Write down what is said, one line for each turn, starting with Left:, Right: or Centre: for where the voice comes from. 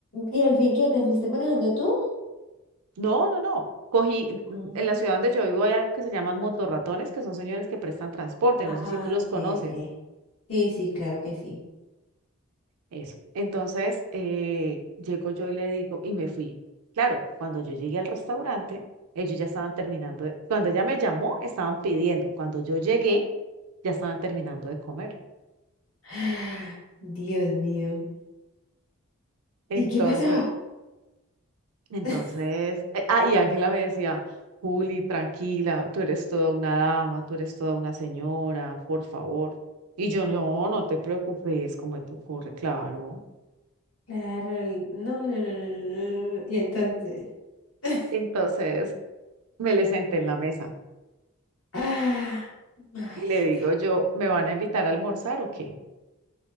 Left: ¿Y al fin qué? ¿Te fuiste manejando tú?
Right: no, no, no. Cogí,
Left: Mm.
Right: mm, en la ciudad donde yo vivo hay algo que se llaman motorratones, que son señores que prestan transporte.
Left: Ah,
Right: No sé si tú los
Left: ok,
Right: conoces.
Left: ok. Sí, sí, claro que sí.
Right: Eso. Entonces, eh, llego yo y le digo, y me fui. Claro, cuando yo llegué al restaurante, ellos ya estaban terminando de- cuando ella me llamó, estaban pidiendo. Cuando yo llegué, ya estaban terminando de comer.
Left: Ah, Dios mío.
Right: Entonces,
Left: ¿Y qué pasó?
Right: entonces,
Left: <laughs>
Right: eh, ah, y Ángela me decía, Juli, tranquila, tú eres toda una dama, tú eres toda una señora, por favor. Y yo, no, no te preocupes, como te ocurre, claro.
Left: Claro, el- no, no, no, no, no, no. no. Y entonces, <laughs>
Right: Entonces, me le senté en la mesa
Left: Ah, marica.
Right: y le digo yo, ¿me van a invitar a almorzar o qué?